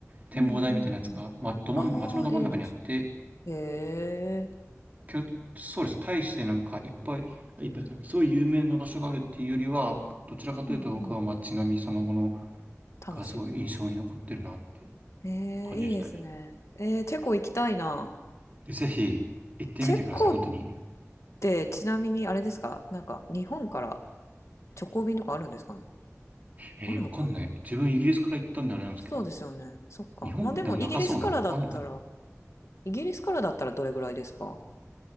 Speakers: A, on the right; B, on the left.
A: 展望台みたいなやつが、
B: うんうんうん。
A: ま、ど真ん、
B: ああ、
A: 街のど真ん中にあって、
B: いいですね。へえ、
A: きょそうです。大してなんかいっぱい、いっぱいというか、すごい有名な場所があるっていうよりは、どちらかというと僕は街並みそのもの
B: うんうん。楽しむみたい
A: がすごい印象に残ってるなって
B: な。えー、
A: 感じでしたね。
B: いいですね。えー、チェコ行きたいな。
A: でぜひ行ってみてください、
B: チェコっ
A: 本当に。
B: てちなみにあれですかなんか日本から直行便とかあるんですかね
A: えー、
B: あるのかな
A: わかんない。自分イギリスから行ったんであれなんですけど、
B: そうですよね。そっか。
A: 日本でも長そうなのあんのかな
B: まあでもイギリスからだったら、イギリスからだったらどれぐらいですか